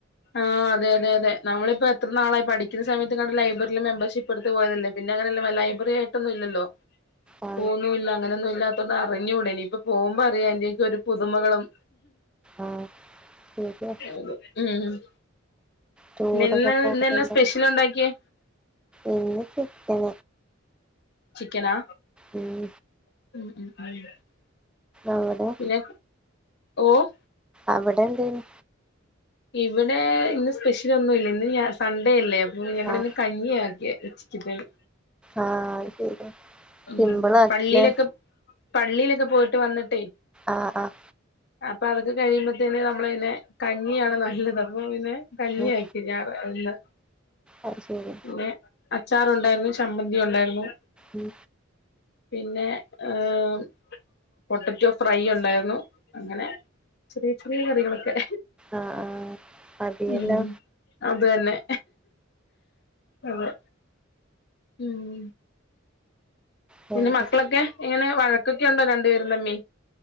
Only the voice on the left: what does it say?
ആഹ് അതെ അതെ അതെ നമ്മളിപ്പോ എത്ര നാളായി പഠിക്കുന്ന സമയത്ത് ഇങ്ങാണ്ട് ലൈബ്രറില് മെമ്പർഷിപ്പ് എടുത്ത് പോയതല്ലേ. പിന്നെ അങ്ങനെല്ല ലൈബ്രറി ആയിട്ടൊന്നും ഇല്ലല്ലോ
പോകുന്നുല്ല അങ്ങനൊന്നുല്ല പ്പന്നു അറിഞ്ഞുടാ ഇനിപ്പ പോകുമ്പോ അറിയ എന്തെങ്കി ഒരു പുതുമകളും
ഉം ഉം <unintelligible>
ഇന്ന്
ന്നാ സ്പെഷ്യല് ഉണ്ടാക്കിയേ?
ചിക്കനാ?
<unintelligible>
പിന്നെ ഓഹ്.
ഇവിടെ ഇന്ന് സ്പെഷ്യൽ ഒന്നും ഇല്ല ഇന്ന് സൺഡേ അല്ലേ അപ്പൊ ഞങ്ങളിന്ന്.
കഞ്ഞി ആകിയ വെച്ചിട്ടിള്ളത്.
ഉം
പള്ളിയിലൊക്കെ
പള്ളിയിലൊക്കെ പോയിട്ട് വന്നിട്ട്.
അപ്പൊ അതൊക്കെ കഴിയുമ്പത്തേൻ നമ്മള പിന്നെ കഞ്ഞിയാണ് നല്ലത് അപ്പൊ പിന്നെ കഞ്ഞി
<unintelligible>
പിന്നെ അച്ചാറുണ്ടായിരുന്നു ചമ്മന്തി ഉണ്ടായിരുന്നു.
പിന്നെഉം പൊട്ടറ്റോ ഫ്രൈ ഉണ്ടായിരുന്നു അങ്ങനെ ചെറിയ ചെറിയ കറികളൊക്കെ.
ഉം അത് തന്നെ അതെ. ഉം
പിന്നെ മക്കളൊക്കെ എങ്ങനെ വഴക്കൊക്കെ ഉണ്ടോ രണ്ടുപേരും തമ്മി